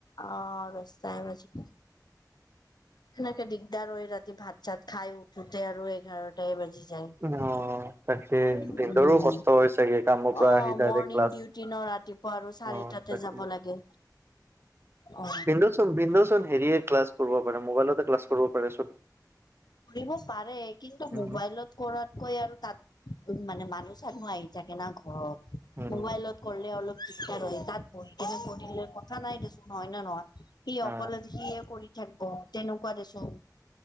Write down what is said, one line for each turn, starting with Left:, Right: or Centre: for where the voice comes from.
Left: অহ দচটায়ে বাজিব। সেনেকে দিগদাৰ হয়, ৰাতি ভাত চাত খাই উঠো। তেৰ এঘাৰত তাই বাজি যায়,
Right: অ
Left: উম,
Right: তাকে ভিনদেউৰো কষ্ট হয় চাগে কামৰ পৰা
Left: অ',
Right: আহি ডাইৰেক্ট
Left: মৰ্ণং
Right: ক্লাছ
Left: দিও দিনৰ ৰাতিপুৱা আৰু, চাৰিটাতে
Right: অ তাকে
Left: যাব লাগে। অ'
Right: ভিনদেউ চোন ভিনদেউ চোন হেৰিয়ে ক্লাছ কৰিব পাৰে, মোবাইলতে ক্লাছ কৰিব পাৰে চোন।
Left: কৰিব পাৰে, কিন্তু
Right: উম
Left: মোবাইলত- কৰাতকৈ আৰু তাত উম' মানে মানুহ চানুহ আহি থাকে না ঘৰত।
Right: উম
Left: মোবাইলত- কৰিলে অলপ দিগদাৰ হয়, তাত বহি কেনে পঢ়িলে কথা নাই দে চোন হয় নে নহয়? সি
Right: অ
Left: অকলে সিয়ে কৰি থাকিব, তেনেকুৱা দেচোন।